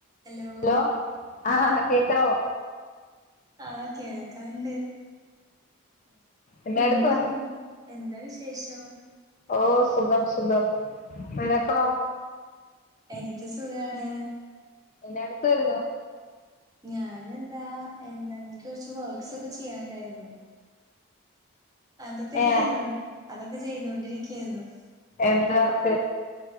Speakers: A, on the right; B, on the left.
A: Hello
B: hello ആഹ കേക്കാവോ
A: ആഹ് കേൾക്കാണ്ട്
B: എന്നാ
A: എന്തും
B: എടുക്കുവാ
A: എന്താ വിശേഷം
B: ഓ സുഖം സുഖം നിനക്കോ
A: എനിക്ക് സുഗമാണ്‌
B: എന്നാ എടുക്കായിരുന്നോ
A: ഞാനെന്താ എന്താ എനിക്ക് കൊറച്ച് വർക്ക്സൊക്കെ ചെയ്യാണ്ടായിരുന്നു. അതൊക്കെ
B: ഏ
A: ചെയ്തു അതൊക്കെ ചെയ്തോണ്ടിരിക്കായിരുന്നു
B: എന്ത് വർക്ക്?